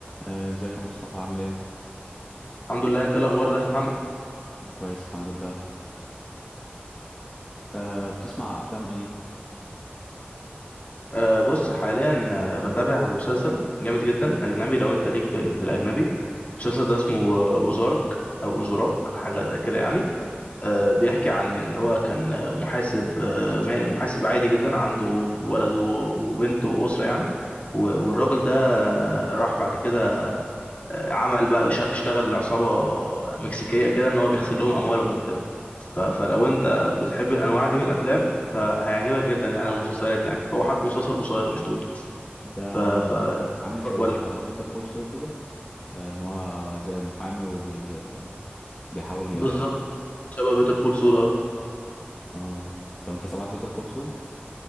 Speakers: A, on the left; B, on the left.
A: آه، ازيك يا مصطفى عامل ايه؟
B: الحمد لله انت ايه الاخبار ازيك يا محمد
A: كويس الحمد لله أه بتسمع افلام ايه؟
B: أه بص حاليا آه، بتابع مسلسل جامد جدا اجنبي لو انت ليك في, ال- في الاجنبي مسلسل ده اسمه آه، اوزارك او اوزراك حاجه زي كده يعني أه بيحكي عن ان هو كان آه، محاسب آه، ما- محاسب عادي جدا عنده ولد وبنت واسره يعني و- والراجل ده آه، راح بعد كده عمل بقى ش- اشتغل لعصابة مكسيكية كده ان هو بيغسل لهم اموالهم وكده ف- فلو انت بتحب الانواع دي من الافلام فهيعجبك جدا يعني او مسلسلات يعني هو حتى مسلسل قصير مش طويل
A: ده
B: ف ف إيه،
A: عامل
B: عجبك
A: شبه
B: ولا
A: بيتر كول سول كده آه، ان هو زي محامي وبيحاول ي...
B: بالظبط هو شبه بيتر كول سول
A: اه طب انت سمعت بيتر كول سول؟